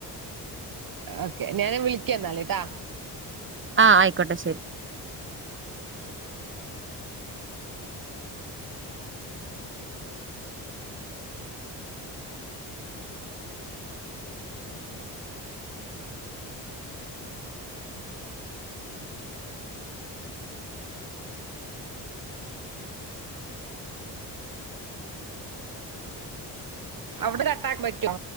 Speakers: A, on the right; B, on the right.
A: ഓക്കെ ഞാൻ വിളിക്കാന്നാല്ട്ടാ
B: ആഹ് ആയിക്കോട്ടെ ശെരി
A: അവ്ടെ കട്ടാക്കാൻ പറ്റോ?